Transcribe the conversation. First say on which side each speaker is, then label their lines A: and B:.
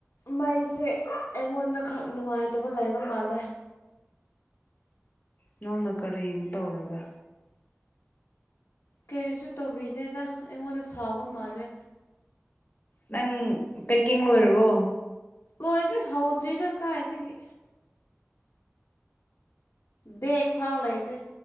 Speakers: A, on the left; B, on the left.
A: ꯃꯩꯁꯦ ꯑꯩꯉꯣꯟꯗ ꯈꯔ ꯅꯨꯡꯉꯥꯏꯇꯕ ꯂꯩꯕ ꯃꯥꯜꯂꯦ
B: ꯅꯪꯅ ꯀꯔꯤ ꯇꯧꯔꯕ
A: ꯀꯔꯤꯁꯨ ꯇꯧꯕꯤꯗꯦꯗ ꯑꯩꯉꯣꯟꯗ ꯁꯥꯎꯕ ꯃꯥꯜꯂꯦ
B: ꯅꯪ ꯄꯦꯛꯀꯤꯡ ꯂꯣꯏꯔꯕꯣ
A: ꯂꯣꯏꯗ꯭ꯔꯤ ꯍꯧꯗ꯭ꯔꯤꯗ ꯀꯥꯏꯗꯒꯤ ꯕꯦꯛ ꯐꯥꯎꯕ ꯂꯩꯇꯦ